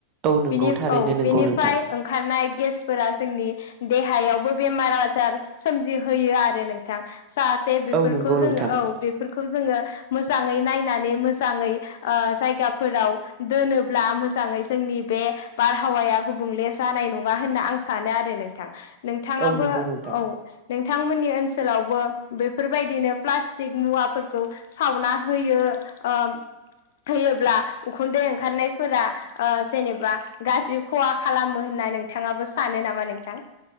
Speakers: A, on the right; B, on the left.
A: नंगौ
B: बि औ
A: थारैनो
B: बेनिफाय
A: नंगौ
B: बिनिफ्राय
A: नोंथां
B: ओंखारनाय गेसफोरा जोंनि देहायावबो बेमार आजार सोमजिहोयो आरो नोंथां जाहाथे बेफोरखौ
A: औ नंगौ
B: जोंङो
A: नोंथां
B: औ बेफोरखौ जोंङो मोजांङै नायनानै मोजांङै ओ जायगाफोराव दोनोब्ला मो मोजांङै जोंनि बे बारहावाया गुबुंले जानाय नंङा होनना आं सानो आरो नोंथां नोंथाङाबो
A: औ नंगौ नोंथां
B: औ बिथांमोननि ओनसोलावबो बेफोरबायदिनो प्लास्टिक मुवाफोरखौ सावना होयो ओ होयोब्ला उखुन्दै ओंखारनायफोरा जेनेबा गाज्रि खहा खालामो होननानै नोंथाङाबो सानो नामा नोंथां